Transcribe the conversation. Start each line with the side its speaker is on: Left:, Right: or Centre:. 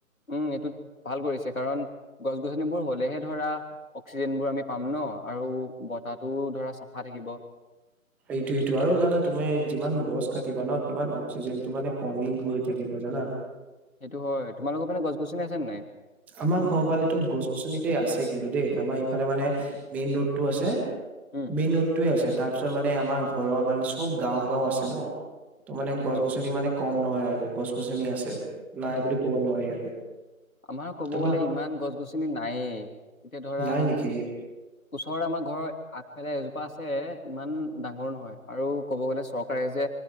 Left: উম, এইটো ভাল কৰিছে কাৰণ গছ-গছনিবোৰ হ'লেহে ধৰা অক্সিজেনবোৰ আমি পাম নহ, আৰু বতাহটোও ধৰা চাফা থাকিব।
Centre: এইটোৱেতো, আৰু জানা তুমি যিমান গছ কাটিবা নহ সিমান অক্সিজেনটো মানে কমি গৈ থাকিব জানা?
Left: সেইটো হয়, তোমালোকৰ মানে গছ-গছনি আছে নে নাই?
Centre: আমাৰ ঘৰৰ ফালেতো গছ-গছনিতো আছে কিন্তু দেই, আমাৰ ফালে মানে, মেইন ৰোডটো আছে।
Left: উম,
Centre: মেইন ৰোডটোৱে আছে। তাৰপিছত মানে, আমাৰ ঘৰৰ মানে চব গাওঁ-গাওঁ আছে নহ? ত' মানে গছ
Left: অ',
Centre: গছনি মানে কম নহয়, আৰু গছ-গছনি আছে। নাই বুলি ক'ব নোৱাৰি আৰু।
Left: আমাৰ ক'ব
Centre: তোমাৰ
Left: গ'লে ইমান গছ-গছনি নায়েই, এতিয়া ধৰা
Centre: নাই নেকি
Left: ওচৰৰ আমাৰ ঘৰৰ আগফালে এজোপ এ ইমান ডাঙৰ নহয়, আৰু ক'ব গ'লে চৰকাৰে যে